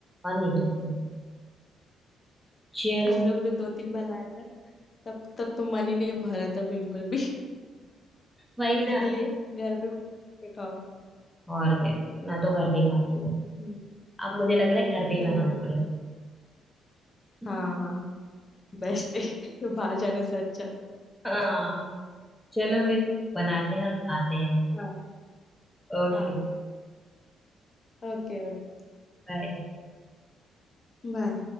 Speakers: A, in the centre; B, on the left.
A: और नहीं तो क्या चलो
B: हम लोग ने दो तीन बार लाया था तब तक तो मन ही नहीं भरा था बिल्कुल भी <laughs>
A: वही
B: इसलिए
A: ना
B: घर पे बना के खाओ
A: और क्या मैं तो घर पे ही खाती हूँ
B: हम्म
A: अब मुझे लग रहा है घर पे ही
B: हम्म,
A: बनाना पड़ेगा
B: हाँ हाँ बेस्ट है <laughs> बाहर जाने से अच्छा
A: हाँ चलो फिर बनाते हैं और खाते हैं
B: हाँ
A: ओके
B: हाँ ओके ओके
A: बाय
B: बाय